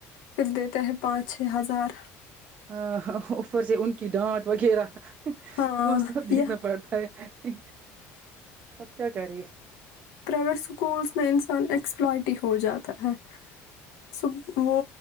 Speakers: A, on the left (about 70°); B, on the right (about 25°).
A: پھر دیتے ہیں پانچ چھ ہزار
B: ہاں اوپر سے ان کی ڈانٹ وغیرہ
A: ہاں
B: وہ سب دیکھنا
A: یہ
B: پڑتا ہے اب کیا کری
A: پرائیویٹ اسکولس میں انسان ایکسپلٹی ہو جاتا ہے س وہ